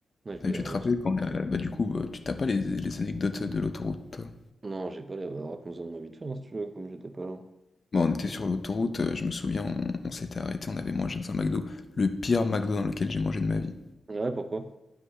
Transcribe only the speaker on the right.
Ouais, je vous
ai rejoint.
ce
Non, j'ai pas la bah, raconte-en envie de faire, hein, si tu veux, comme j'étais pas là.
C'était
pas-
Ah Ouais, pourquoi?